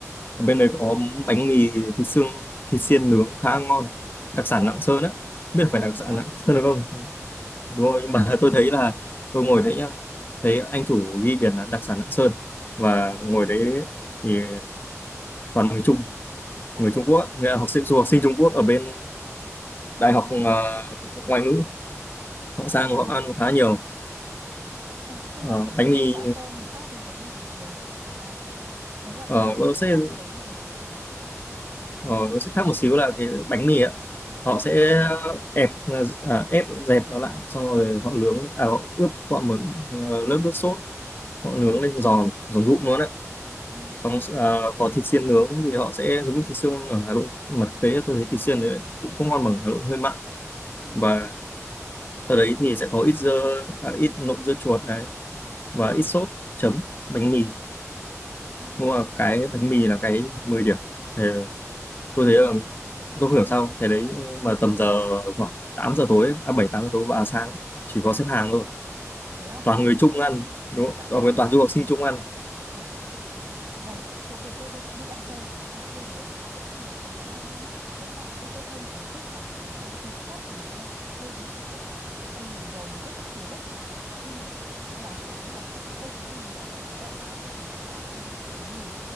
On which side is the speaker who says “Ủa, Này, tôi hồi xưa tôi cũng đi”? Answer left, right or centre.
Right